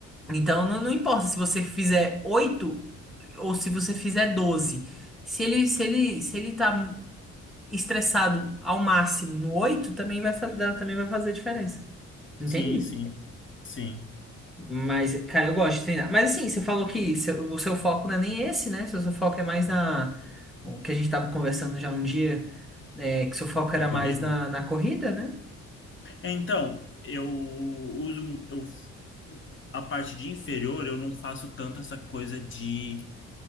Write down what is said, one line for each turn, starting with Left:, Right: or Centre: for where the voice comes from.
Centre: Então, não, não importa se você fizer 8 ou se você fizer doze, Se ele, se ele, se ele tá estressado ao máximo no 8 também vai, fa- também vai fazer diferença. Entende?
Left: Sim, sim. Sim.
Centre: Mas, cara, eu gosto de treinar. Mas assim, você falou que seu- o seu foco não é nem esse, né? Seu, seu foco é mais na. O que a gente tava conversando já um dia, é, que seu foco era
Left: A
Centre: mais
Left: corrida?
Centre: na, na corrida, né?
Left: É, então, eu uso eu, a parte de inferior, eu não faço tanto essa coisa de